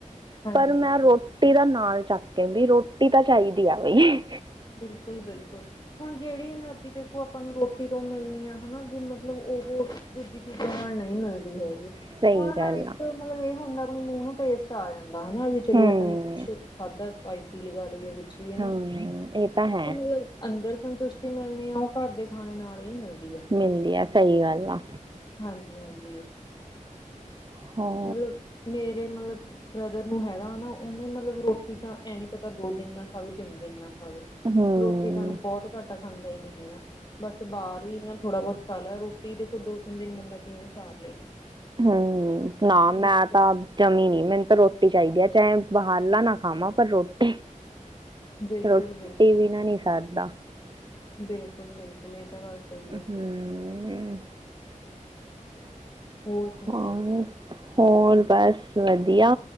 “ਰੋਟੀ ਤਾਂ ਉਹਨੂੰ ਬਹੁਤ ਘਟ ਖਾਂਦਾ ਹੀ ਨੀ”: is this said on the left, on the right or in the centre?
Left